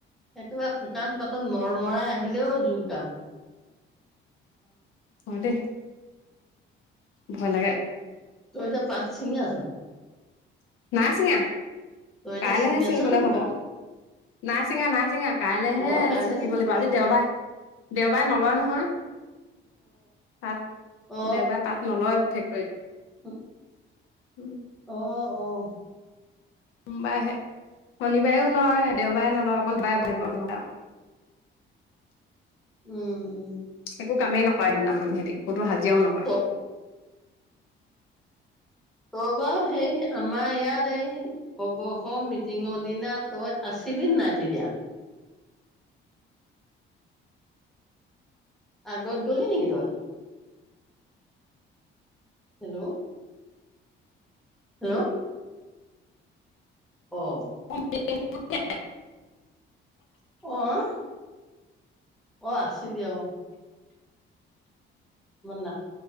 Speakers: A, in the centre; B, on the left.
A: একেবাৰে শুকান পাতত মৰমৰাই আহিলেও জোকডাল।
B: হয় দেই। ভয় লাগে।
A: তই এতিয়া পাত ছিঙি আছো?
B: নাই চিঙা।
A: তই এতিয়া
B: কাইলেহে
A: ছিঙি
B: চিঙিবলৈ
A: আছ নেকি
B: হ'ব।
A: পাত
B: নাই চিঙা, নাই চিঙা কাইলেহে
A: অ কাইলৈ
B: চিঙিব
A: ছিঙিবি
B: লাগিব, আজি
A: অ
B: দেওবাৰ, দেওবাৰে নলয় নহয়, তাত
A: অ অ
B: দেওবাৰে তাত নলয় <inaudible>
A: <inaudible>
B: <inaudible>
A: অ, অ'।
B: <unintelligible> শনিবাৰেও নহয় দেওবাৰে নলয় অকল <unintelligible>
A: উম, উম।
B: একো কামেই নকৰে সিদিনাখন হেৰি হাজিৰাওঁ নকৰে।
A: ত তই বাৰু সেই আমাৰ ইয়াৰ এই অৱসৰ মিটিঙৰ দিনা তই আছিলি নাই তেতিয়া? আগত গলি নেকি তই? হেল্ল' হেল্ল' অ'।
B: <inaudible>
A: আহ। অ' আছিলি অ' না